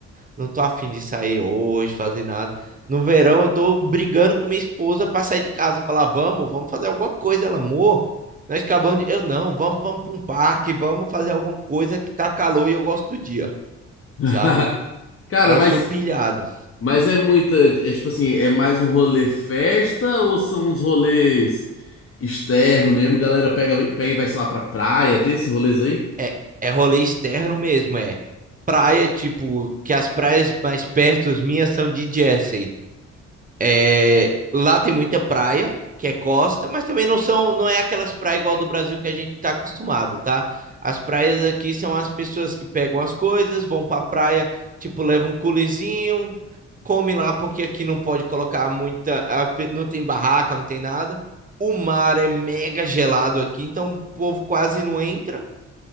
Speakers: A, on the right; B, on the left.
A: não tô afim de sair hoje, fazer nada. No verão eu tô brigando com minha esposa pra sair de casa, falar, vamos, vamos fazer alguma coisa, ela, amor. Nós acabamos de. Eu não, vamos, vamos pra um parque, vamos fazer alguma coisa que tá calor e eu gosto do dia,
B: <laughs>
A: sabe?
B: Cara,
A: Eu
B: mas
A: sou pilhado.
B: Mas é muita, é tipo assim, é mais um rolê festa ou são uns rolês externos mesmo? Galera pega, pega e vai, sei lá, pra praia, tem esses rolês aí?
A: É, é rolê externo mesmo, é. Praia, tipo, que as praias mais perto as minhas são de Jersey. É, lá tem muita praia, que é costa, mas também não são, não é aquelas praias igual do Brasil que a gente tá acostumado, tá? As praias aqui são as pessoas que pegam as coisas, vão pra praia, tipo, levam um culezinho, come lá, porque aqui não pode colocar muita, a pe- não tem barraca, não tem nada. O mar é mega gelado aqui, então o povo quase não entra